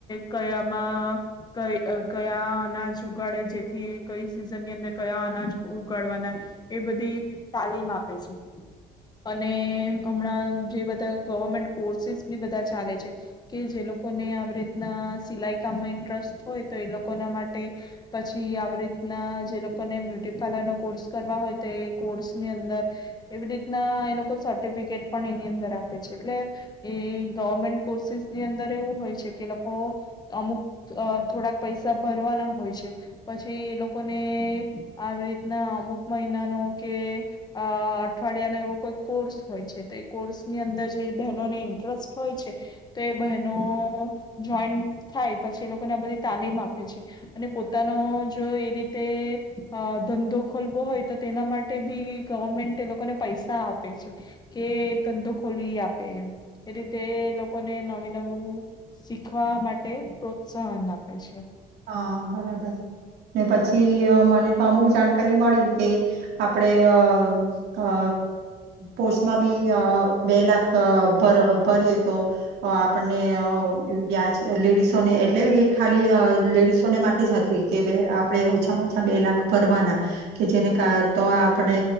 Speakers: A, on the left (about 25°); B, on the right (about 75°).
A: કયામાં કઈ કયા અનાજ ઉગાડે જેથી કઈ સિઝનની અંદર કયા અનાજ ઉગાડવાના એ બધી તાલીમ આપે છે અને હમણાં જે બધા ગવર્મેન્ટ કોર્સસીસ બી બધા ચાલે છે કે જે લોકોને આવી રીતના સિલાઈ કામમાં ઇન્ટરેસ્ટ હોય તો એ લોકોના માટે પછી આવી રીતના જે લોકોને બ્યુટી પાર્લરનો કોર્સ કરવા હોય તો એ કોર્સ ની અંદર. <inaudible> એવી રીતના એ લોકો સર્ટિફિકેટ પણ એની અંદર આપે છે એટલે એ ગવર્મેન્ટ કોર્સિસની અંદર એવું હોય છે કે લોકો અમુક અ થોડાક પૈસા ભરવાના હોય છે પછી એ લોકોને આવી રીતના અમુક મહિનાનો કે અ અઠવાડિયા નો એવો કોઈ કોર્સ હોય છે તો એ કોર્સ ની અંદર જે બહેનોને ઇન્ટરેસ્ટ હોય છે તો એ બહેનો જોઈન્ટ થાય પછી એ લોકોને આ બધી તાલીમ આપે છે અને પોતાનો જો એ રીતે અ ધંધો ખોલવો હોય તો તેના માટે બી ગવર્મેન્ટ એ લોકોને પૈસા આપે છે કે ધંધો ખોલી આપે એમ એ રીતે લોકોને નવી નવું શીખવા માટે પ્રોત્સાહન આપે. <inaudible>
B: હા બરાબર ને પછી અ મને તો અમુક જાણકારી મળી કે આપડે અ અ પોસ્ટમાં બી અ બે લાખ ભ ભરીએ તો આપણને વ્યાજ લેડીસોને એટલે કે ખાલી અ લેડીસોને માટે જ હતી કે આપણે ઓછામાં ઓછા બે લાખ ભરવાના કે જેને કાર તો આપણે